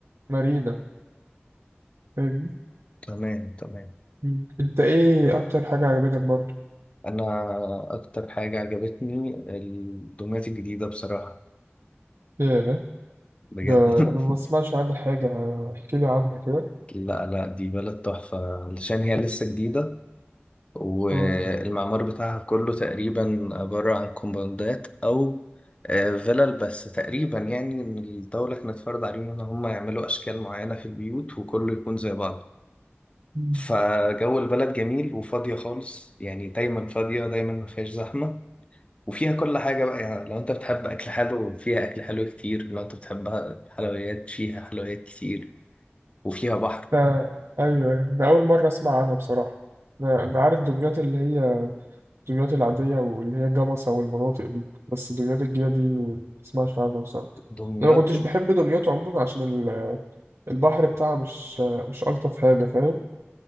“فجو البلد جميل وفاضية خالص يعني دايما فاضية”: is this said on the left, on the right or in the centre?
Left